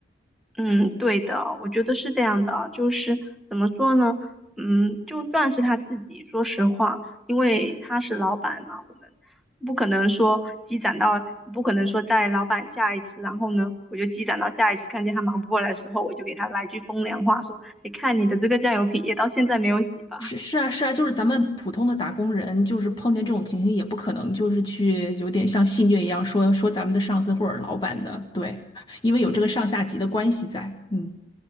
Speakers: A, in the centre; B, on the left.
A: 嗯，对的，我觉得是这样的啊，就是怎么说呢？嗯，就算是他自己，说实话，因为他是老板嘛，我们不可能说积攒到，不可能说在老板下一次，然后呢，我就积攒到下一次看见他忙不过来的时候，我就给他来句风凉话，说，你看你的这个酱油瓶也到现在没有洗吧。
B: 是是啊是啊，就是咱们普通的打工人，就是碰见这种情形，也不可能就是去有点像戏谑一样说说咱们的上司或者老板的，对，<laughs> 因为有这个上下级的关系在，嗯。